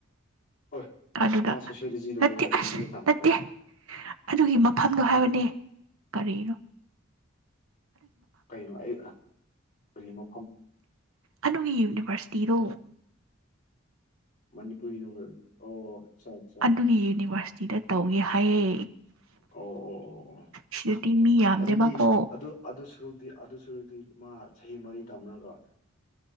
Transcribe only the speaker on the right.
ꯑꯗꯨꯗ
ꯅꯠꯇꯦ
ꯑꯁ
ꯅꯠꯇꯦ ꯑꯗꯨꯒꯤ ꯃꯐꯝꯗꯣ ꯍꯥꯏꯕꯅꯦ ꯀꯔꯤꯔꯣ
ꯑꯗꯨꯒꯤ ꯌꯨꯅꯤꯚꯔꯁꯤꯇꯤꯗꯣ
ꯑꯗꯨꯒꯤ ꯌꯨꯅꯤꯚꯔꯁ ꯁꯤꯗ ꯇꯧꯒꯦ ꯍꯥꯏꯌꯦ
ꯁꯤꯗꯗꯤ ꯃꯤ ꯌꯥꯝꯗꯦꯕꯀꯣ